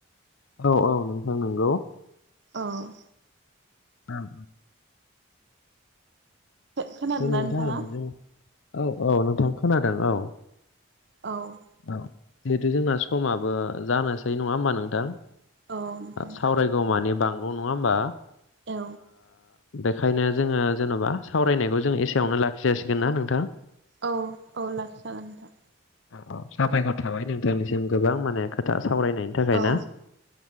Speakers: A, on the left; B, on the right.
A: औ औ नोंथां नंगौ
B: औ
A: औ औ
B: खोनादोंना
A: नोंथां
B: नोंथाङा
A: जों औ औ नोंथां खोनादों औ
B: औ
A: औ जिहेथु जोंना समाबो जानोसै नङा होमबा नोंथां
B: औ नोंथां
A: सावरायगौ मानि बांगौ नङा होमबा
B: औ
A: बेखायनो जोङो जेनबा सावरायनायखौ जों एसेयावनो लाखि जासिगोन ना नोंथां
B: औ औ लाखिजागोन नोंथां
A: औ औ साबायखर थाबाय नोंथांनिसिम गोबां माने खोथा सावरायनायनि थाखाय
B: औ
A: ना